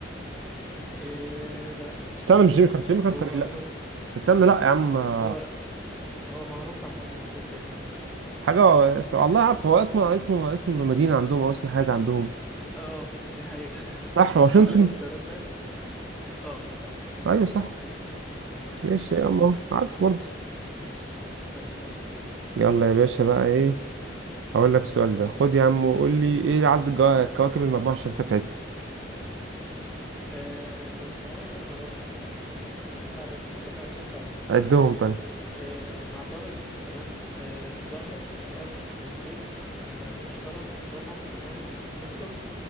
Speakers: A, in the centre; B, on the right.
A: أه... لا
B: استنى مش
A: لا
B: جيمي كارتر جيمي كارتر
A: هو
B: إيه؟
A: هو
B: لا استنى لا يا عم آه،
A: هو هو معروف عامة معروف جامد يعني انت
B: حاجه است- والله عارفه هو اسمه اسمه اسم مدينه عندهم او اسم حاجه عندهم
A: اه دي حقيقة <laughs>
B: صح واشنطن
A: اقول لك اختيارات طيب اه صح
B: ايوه
A: مظبوط
B: صح ماشي
A: طب
B: يا
A: كويس
B: عم أهو، عارفه برضه
A: ماشي طب سؤال طيب
B: يلا يا باشا بقى ايه هقول لك السؤال ده خد يا عم وقول لي ايه عدد الجو- كواكب المجموعه الشمسيه بتاعتنا
A: آه بص هو انا ممكن اقولهم لك بس مش فاكر عددهم ممكن نعدهم سوا
B: عدهم
A: بص
B: طيب
A: آه عطارد تمام آه الزهرة الارض المريخ المشتري زحل اورانوس نبتون